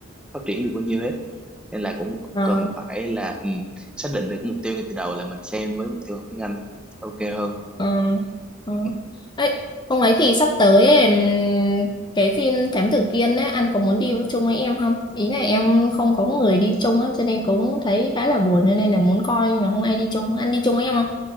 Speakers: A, in the centre; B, on the left.
A: phát triển được bao nhiêu hết nên là cũng
B: Ờ,
A: cần phải là ừ, xác định được cái mục tiêu ngay từ đầu là mình xem với mục tiêu học tiếng Anh ok hơn
B: Ờ, ờ.
A: <laughs>
B: Ấy, hôm ấy thì sắp tới ấy, ừm, cái phim Thám Tử Kiên ấy, anh có muốn đi chung với em không? Ý là em không có người đi chung ấy, cho nên cũng thấy khá là buồn cho nên là muốn coi nhưng mà không ai đi chung. Anh đi chung với em không?